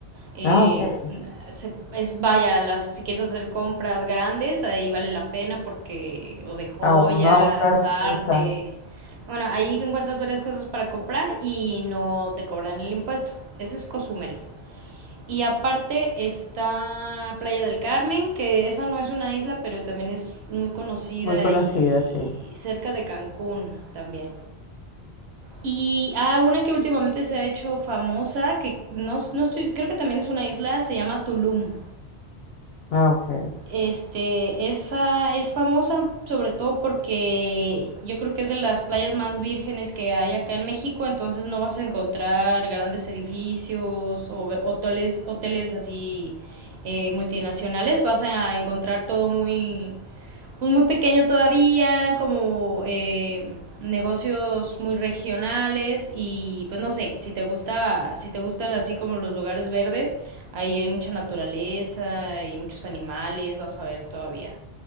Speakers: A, on the right; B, on the left.
A: eh,
B: Ah, ok.
A: se- es vaya, las, si quieres hacer compras grandes, ahí vale la pena porque, o de joyas,
B: Aún no abordas,
A: arte.
B: exacto.
A: Bueno, ahí encuentras varias cosas para comprar y no te cobran el impuesto. Ese es Cozumel. Y aparte está Playa del Carmen, que esa no es una isla, pero también es muy conocida
B: Muy conocida,
A: y
B: sí.
A: cerca de Cancún también. Y ah, una que últimamente se ha hecho famosa, que no, no estoy, creo que también es una isla, se llama Tulum.
B: Ah, ok.
A: Este, esa es famosa sobre todo porque yo creo que es de las playas más vírgenes que hay acá en México, entonces no vas a encontrar grandes edificios o hoteles, hoteles así eh, multinacionales, vas a encontrar todo muy pues, muy pequeño todavía, como eh, negocios muy regionales y pues no sé, si te gusta, si te gustan así como los lugares verdes, ahí hay mucha naturaleza y muchos animales, vas a ver todavía.